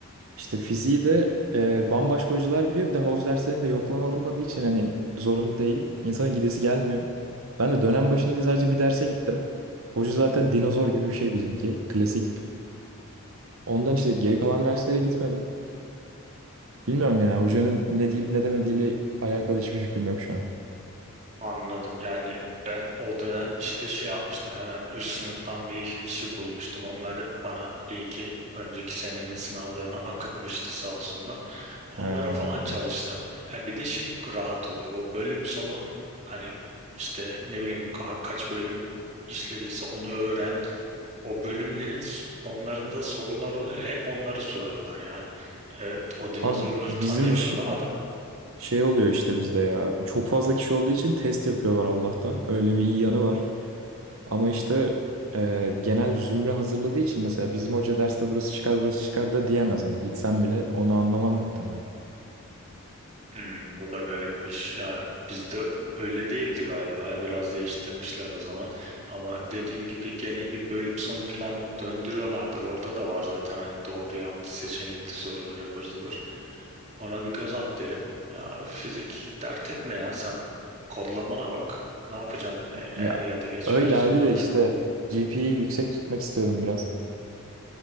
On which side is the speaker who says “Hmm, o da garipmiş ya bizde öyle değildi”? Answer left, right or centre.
Right